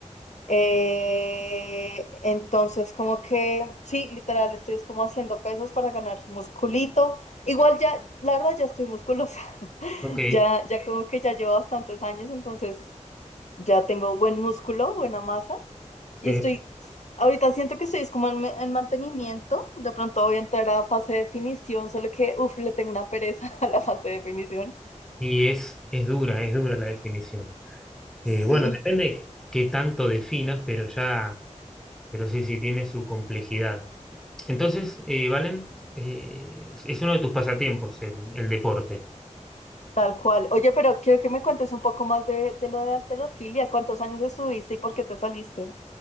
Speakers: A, on the left (about 65°); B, in the centre.
A: Eh, entonces, como que, sí, literal, estoy es como haciendo pesas para ganar musculito. Igual ya, la verdad, ya estoy musculosa. <laughs>
B: Ok,
A: Ya, ya como que ya llevo bastantes años, entonces ya tengo buen músculo, buena masa. Y
B: sí.
A: estoy, ahorita siento que estoy es como en, en mantenimiento. De pronto voy a entrar a fase de definición, solo que, uff, le tengo una pereza <laughs> a la fase de definición.
B: Y es, es dura, es dura la definición. Eh,
A: Sí.
B: bueno, depende qué tanto definas, pero ya, pero sí, sí, tiene su complejidad. Entonces, eh, Valen, eh, es uno de tus pasatiempos el, el deporte.
A: Tal cual. Oye, pero quiero que me cuentes un poco más de, de lo de alterofilia. ¿Cuántos años estuviste y por qué te saliste?